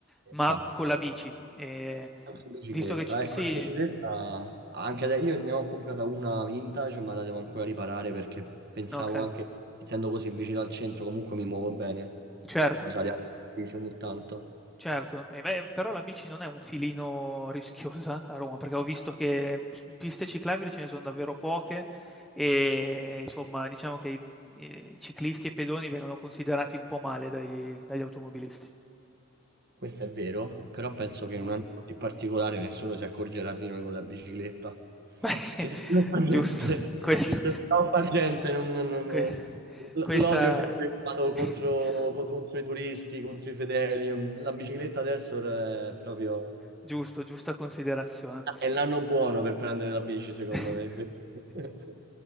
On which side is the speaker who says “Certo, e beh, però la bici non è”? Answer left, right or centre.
Centre